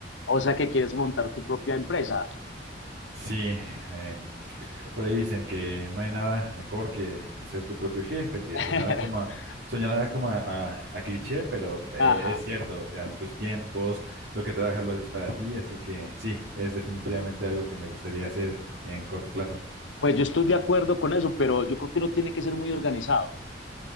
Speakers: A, on the left (about 85°); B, on the right (about 65°).
A: O sea, que quieres montar tu propia empresa.
B: Sí, em, por ahí dicen que no hay nada mejor que, que ser tu propio jefe, que
A: <laughs>
B: sonará como a, sonará como a, a- a cliché, pero eh,
A: Ajá.
B: es cierto, o sea, tus tiempos, lo que trabajas lo haces para ti, así que sí, es definitivamente algo que me gustaría hacer en corto plazo.
A: Pues yo estoy de acuerdo con eso, pero yo creo que uno tiene que ser muy organizado.